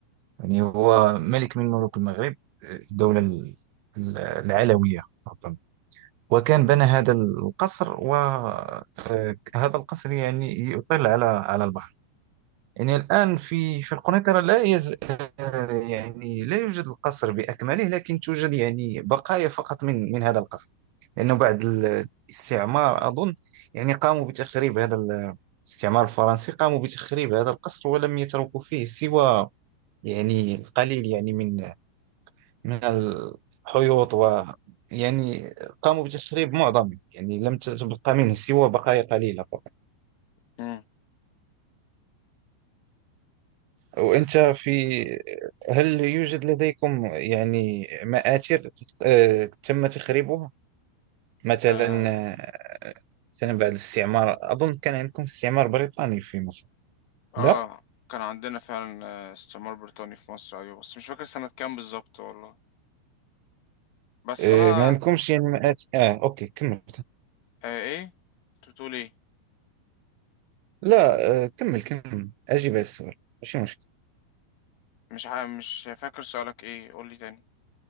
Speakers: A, on the right; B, on the left.
A: يعني هو ملك من ملوك المغرب آه، الدولة ال- ال- العلوية ربما. وكان بنى هذا القصر وهذا القصر يعني يطل على على البحر يعني الآن في في القنيطرة لا يز آه، يعني لا يوجد القصر بأكمله لكن توجد يعني بقايا فقط من من هذا القصر لأنه بعد الاستعمار أظن يعني قاموا بتخريب هذا ال- الاستعمار الفرنسي قاموا بتخريب هذا القصر ولم يتركوا فيه سوى يعني القليل يعني من من الحيوط و يعني قاموا بتشريب معظمه يعني لم تبقى منه سوى بقايا قليلة فقط
B: امم
A: وأنت في هل يوجد لديكم يعني مآثر آه، تم تخريبها مثلا
B: آه.
A: آه، مثلا بعد الاستعمار أظن كان عندكم استعمار بريطاني في مصر
B: اه
A: لا
B: كان عندنا فعلا آه، استعمار بريطاني في مصر ايوه بس مش فاكر سنة كام بالظبط والله بس
A: آه،
B: انا
A: ما عندكمش يعني مآثر آه أوكي كمل
B: آه ايه انت بتقول ايه
A: لا آه، كمل كمل أجيب على السؤال ماشي مشكل
B: مش عا... مش فاكر سؤالك ايه قول لي تاني